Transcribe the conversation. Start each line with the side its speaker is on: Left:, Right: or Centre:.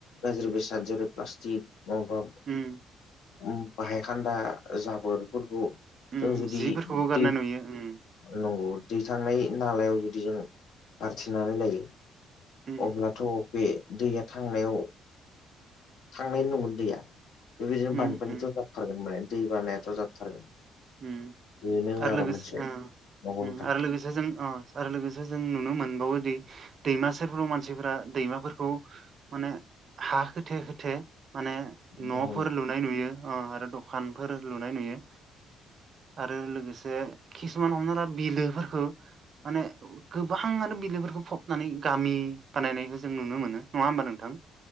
Left: गाज्रि बेसाद जेरै प्लास्टिक मावबा
Right: ओम
Left: ओ बाहायखान्दा जाबोरफोरखौ
Right: उम
Left: जों जुदि
Right: जिफोरखौबो गारनाय
Left: दै ओ
Right: नुयो उम
Left: नंगौ दैखांनाय नालायाव जुदि जों गारथेनानै लायो
Right: उम
Left: अब्लाथ' बे दैया थांनायाव थांनाय नंङा दैया बेबायदिनो
Right: उम
Left: बानफानिथ'
Right: उम
Left: जाथारगोन माने दै बानायाथ' जाथारगोन
Right: ओम
Left: बेनो
Right: आरो लोगोसे
Left: मोनसे
Right: ओ
Left: नंगौ
Right: ओम
Left: नोंथां
Right: आरो लोगोसे जों आरो लोगोसे जों नुनो मोनबावोदि दैमा सोरफ्राव मानसिफोरा दैमाफोरखौ माने हा होथे होथे माने न'
Left: नंगौ
Right: लुनाय नुयो ओ आरो दखानफोर लुनाय नुयो आरो लोगोसे खिसुमान हमना ला बिलोफोरखो माने गोबांङानो बिलोफोरखौ फबनानै गामि बानायनायखौ जों नुनो मोनो। नंङामबा नोंथां